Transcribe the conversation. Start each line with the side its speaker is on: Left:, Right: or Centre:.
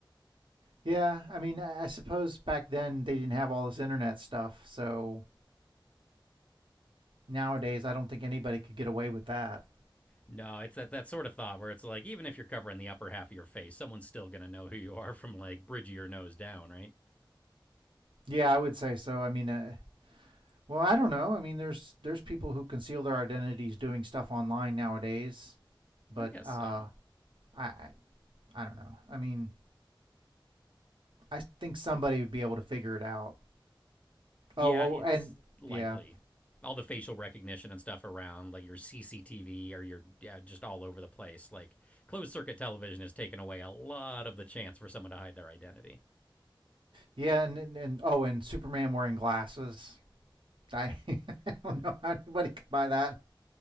Right: Yeah, I mean, I suppose back then they didn't have all this internet stuff, so nowadays I don't think anybody could get away with that.
Left: no, it's that that sort of thought where it's like, even if you're covering the upper half of your face, someone's still gonna know who you are from like bridge of your nose down, right?
Right: Yeah, I would say so. I mean, uh, well, I don't know. I mean, there's there's people who conceal their identities doing stuff online nowadays, but
Left: I guess
Right: uh,
Left: so.
Right: I I, I don't know. I mean, I think somebody would be able to figure it out.
Left: Yeah,
Right: Oh,
Left: it's
Right: oh, and
Left: likely.
Right: yeah,
Left: All the facial recognition and stuff around, like your CCTV or your yeah, just all over the place. Like closed circuit television has taken away a lot of the chance for someone to hide their identity.
Right: Yeah, and, and and oh, and Superman wearing glasses. I, <laughs> I don't know how anybody could buy that.